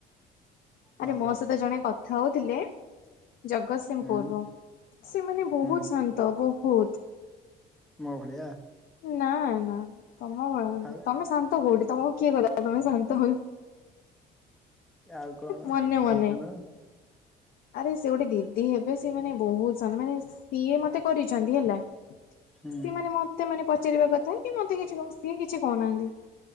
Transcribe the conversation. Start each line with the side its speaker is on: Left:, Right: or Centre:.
Left: ଆରେ
Centre: ଭଲ
Left: ମୋ ସହିତ ଜଣେ କଥା ହଉଥିଲେ ଜଗତସିଂହପୁର
Centre: ହୁଁ
Left: ରୁ ସେମାନେ ବହୁତ
Centre: ହୁଁ
Left: ଶାନ୍ତ ବହୁତ,
Centre: ମୋ ଭଳିଆ?
Left: ନା, ନା, ତମ
Centre: ଆଉ
Left: ତମେ ଶାନ୍ତ କୋଉଠି ତମକୁ କିଏ କହିଲା ତମେ ଶାନ୍ତ ବୋଲି?
Centre: ଆଉ କଣ,
Left: ମନେ
Centre: ଶାନ୍ତ
Left: ମନେ।
Centre: ନୁ
Left: ଆରେ ସେ ଗୋଟେ ଦିଦି ହେବେ ସେ ମାନେ ବହୁତ ଶାନ୍ତ, ମାନେ ସିଏ ମତେ କରିଛନ୍ତି ହେଲା।
Centre: ହୁଁ
Left: ସିଏ ମାନେ ମତେ ମାନେ ପଚାରିବା କଥା କି ମତେ କିଛି ସିଏ କିଛି କହୁନାହାନ୍ତି।